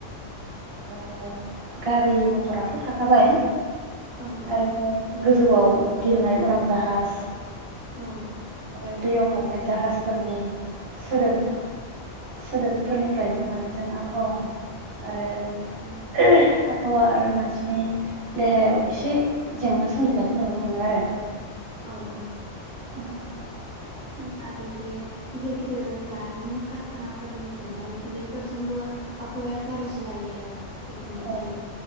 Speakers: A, on the right; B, on the right.
A: ओ गारि मथराथ' थाखाबाय
B: औ
A: आरो गोजौआव बिरनाय उरां जाहाज
B: औ
A: आरो दैयाव खारनाय जाहाजफोरनि सोदोब
B: औ
A: सोदोबफोरनिफ्रायबो माने जों आबहावा आरो
B: उम
A: आबहावा आरो मानसिनि देहायाव एसे जेंना सोमजिनायखौ नुनो मोनो आरो।
B: अह अह
A: <inaudible>
B: आरो बे गिदिर गिदिर दारिमिन कारखानाफोरनि गनाय उखुन्दैफोरजोंबो आबहावाया गारजि जायो आरो। गुबुंले
A: औ
B: जायो